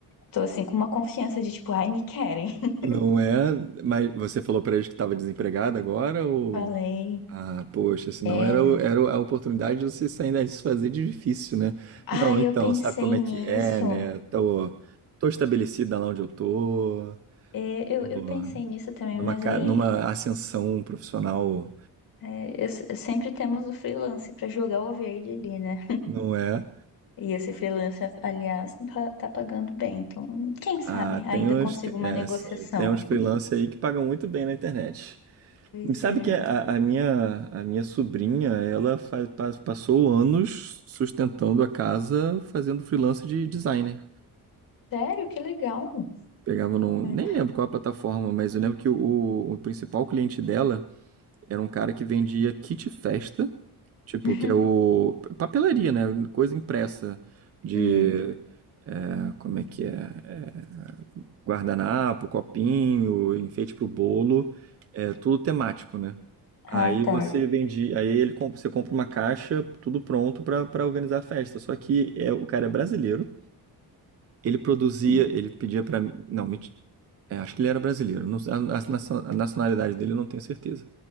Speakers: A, on the left; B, on the right.
A: tô assim, com uma confiança de tipo, ai, me querem. <laughs>
B: Não é? Mas você falou pra eles que estava desempregado agora ou.
A: Falei,
B: Ah, poxa, senão
A: é,
B: era,
A: né?"
B: o- era a oportunidade de você sair daí e se fazer de difícil, né?
A: ai,
B: Não, então,
A: eu pensei
B: sabe como é
A: nisso.
B: que é, né? Tô, tô estabelecida lá onde eu tô,
A: É, eu,
B: tô
A: eu pensei nisso também,
B: numa,
A: mas
B: ca-
A: aí
B: numa ascensão profissional,
A: é, eu se- sempre temos o freelance para jogar o verde ali, né?
B: não é?
A: E esse freelance, aliás, tá, tá pagando bem. Então, quem sabe
B: Ah,
A: ainda
B: tem uns,
A: consigo
B: tem-
A: uma
B: é,
A: negociação.
B: assim, tem uns freelancers aí que pagam muito bem na internet.
A: Pois
B: Sabe
A: é.
B: que a, a minha a minha sobrinha, ela faz, pa- passou anos sustentando a casa fazendo freelance de designer.
A: Sério? Que legal.
B: Pegava num,
A: É.
B: nem lembro qual a plataforma, mas eu lembro que o, o principal cliente dela era um cara que vendia kit festa,
A: <laughs>
B: tipo,
A: Uhum.
B: que é o papelaria, né? Coisa impressa de,
A: Hum.
B: ah, como é que é? É, guardanapo, copinho, enfeite pro bolo, é tudo temático, né? Aí
A: Ah, tá.
B: você vende, aí ele comp- você compra uma caixa, tudo pronto pra para organizar a festa. Só que é, o cara é brasileiro, ele produzia,
A: Hum.
B: ele pedia pra mim, não, menti- é, acho que ele era brasileiro, não, a, a nacio- a nacionalidade dele eu não tenho certeza.